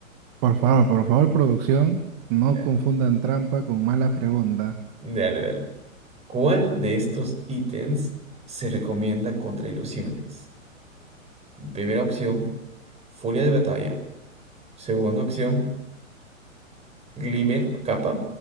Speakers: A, on the right; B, on the right.
A: Por favor, por favor, producción, no
B: Ya.
A: confundan trampa con mala pregunta.
B: Dale, dale. ¿Cuál de estos ítems se recomienda contra ilusiones? Primera opción, furia de batalla. Segunda opción, glimmer, capa.